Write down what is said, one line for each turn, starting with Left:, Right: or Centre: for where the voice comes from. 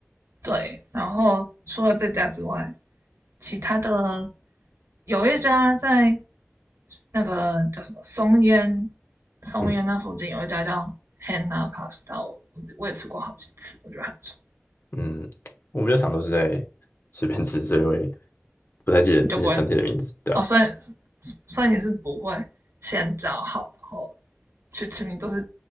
Right: 对，然后除了这家之外，其他的有一家在那个叫什么松烟，松烟那附近有一家叫
Left: 嗯
Right: Hannah Pasta，我我我也吃过好几次，我觉得还不错。
Left: 嗯，我比较常都是在随便吃，所以我也不太记得这些餐厅的名字。
Right: 你就不会
Left: 对啊。
Right: 哦，所以所以你是不会先找好，然后去吃，你都是